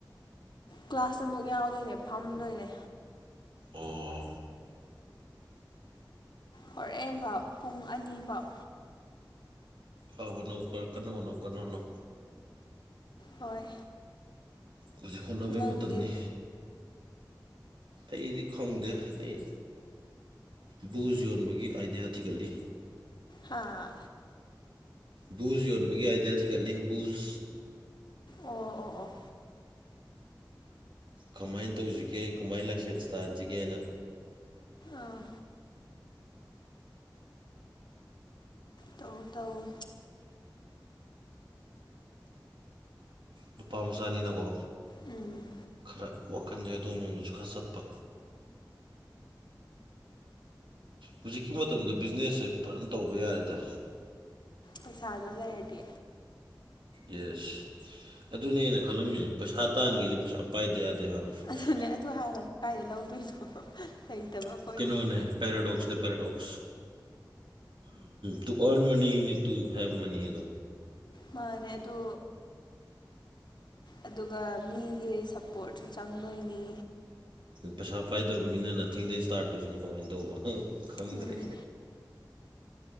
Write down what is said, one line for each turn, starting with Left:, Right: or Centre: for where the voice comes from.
Left: ꯀ꯭ꯂꯥꯁ ꯑꯃꯨꯛ ꯌꯥꯎꯗꯣꯏꯅꯦ ꯐꯝꯗꯣꯏꯅꯦ
Right: ꯑꯣ
Left: ꯍꯣꯔ‌ꯦꯟꯐꯥꯎ ꯄꯨꯡ ꯑꯅꯤꯐꯥꯎ
Right: ꯑꯧ ꯍꯣꯅꯧ ꯈꯔ ꯀꯟꯅ ꯍ‌ꯣꯠꯅꯧ ꯀꯟꯅ ꯍ‌ꯣꯠꯅꯧ
Left: ꯍꯣꯏ
Right: ꯍꯧꯖꯤꯛ ꯍꯣꯠꯅꯕꯩ
Left: ꯅꯪꯗꯤ
Right: ꯃꯇꯝꯅꯤ ꯑꯩꯗꯤ ꯈꯪꯗꯦ ꯑꯩ ꯕꯨꯁ ꯌꯣꯟꯕꯒꯤ ꯑꯥꯏꯗꯤꯌꯥ ꯊꯤꯒꯠꯂꯤ
Left: ꯍꯥꯥ
Right: ꯕꯨꯖ ꯌꯣꯟꯕꯒꯤ ꯑꯥꯏꯗꯤꯌꯥ ꯊꯤꯒꯠꯂꯤ ꯕꯨꯖ
Left: ꯑꯣ ꯑꯣ ꯑꯣ
Right: ꯀꯃꯥꯏꯅ ꯇꯧꯁꯤꯒꯦ ꯀꯃꯥꯏꯅ ꯂꯥꯏꯁꯦꯟꯁ ꯇꯥꯟꯁꯤꯒꯦꯅ
Left: ꯑꯥ ꯇꯧ ꯇꯧ
Right: ꯅꯨꯄꯥ ꯃꯆꯥꯅꯤꯅꯀꯣ
Left: ꯎꯝ
Right: ꯑꯥ ꯋꯥꯈꯟꯁꯦ ꯑꯗꯣꯝꯂ‌ꯣꯝꯗꯁꯨ ꯈꯔ ꯆꯠꯄ ꯍꯧꯖꯤꯛꯀꯤ ꯃꯇꯝꯗ ꯕꯤꯖꯤꯅꯦꯁꯁꯦ ꯐꯖꯅ ꯇꯧꯕ ꯌꯥꯔꯦꯗ
Left: ꯄꯩꯁꯥꯗꯣ ꯂꯩꯔꯗꯤ
Right: ꯌꯦꯁ ꯑꯗꯨꯅꯦ ꯑꯩꯅ ꯈꯜꯂꯝꯃꯤꯁꯦ ꯄꯩꯁꯥ ꯇꯥꯟꯒꯦꯗꯤ ꯄꯩꯁꯥ ꯄꯥꯏꯗ ꯌꯥꯗꯦ ꯍꯥꯟꯅ ꯐꯥꯔꯁ
Left: ꯑꯗꯨꯅꯦ ꯑꯗꯨ ꯍꯥꯟꯅ ꯀꯥꯏꯗꯩ ꯂꯧꯗꯣꯏꯅꯣ ꯂꯩꯇꯕ ꯑꯩꯈꯣꯏꯗꯤ
Right: ꯀꯩꯅꯣꯅꯦ ꯄꯦꯔꯥꯗꯣꯛꯁꯅꯦ ꯄꯦꯔꯗꯣꯛꯁ ꯇꯨ ꯑꯥ꯭ꯔꯟ ꯃꯅꯤ ꯌꯨ ꯍ‌ꯦꯞ ꯇꯨ ꯍꯦꯞ ꯃꯅꯤ ꯑꯗꯣ
Left: ꯃꯥꯅꯦ ꯑꯗꯨ ꯑꯗꯨꯒ ꯃꯤꯒꯤ ꯁꯞꯄꯣꯔꯠꯁꯨ ꯆꯪꯗꯣꯏꯅꯤ
Right: ꯄꯩꯁꯥ ꯄꯥꯏꯗꯕ ꯃꯤꯅ ꯅꯊꯤꯡꯗꯩ ꯏꯁꯇꯥꯔꯠ ꯇꯨꯁꯟ ꯀꯃꯥꯏꯅ ꯇꯧꯕꯅꯣ ꯈꯪꯗ꯭ꯔꯦ
Left: ꯎꯝ